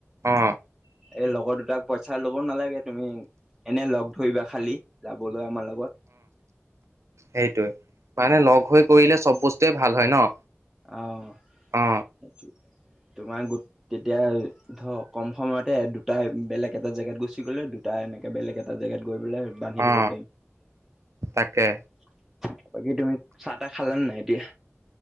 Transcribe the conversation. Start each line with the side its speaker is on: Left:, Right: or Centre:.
Right: অ
Centre: এই লগৰ দুটাক পইচা ল'ব নালাগে তুমি এনে লগ ধৰিবা খালি যাবলৈ আমাৰ লগত।
Right: সেইটোয়ে পানে লগ হৈ কৰিলে চব বস্তুৱে ভাল হয় ন।
Centre: অ',
Right: অ
Centre: সেইটোৱে। তোমাৰ গোট, তেতিয়া ই ধৰ কম সময়তে দুটাই বেলেগ এটা জেগাত গুচি গ'লে দুটাই এনেকে বেলেগ এটা জেগাত গৈ পেলাই বাঁন্ধি
Right: অ
Centre: দিব পাৰিম।
Right: তাকে
Centre: বাকী তুমি চাহ তাহ খালাঁ নাই এতিয়া?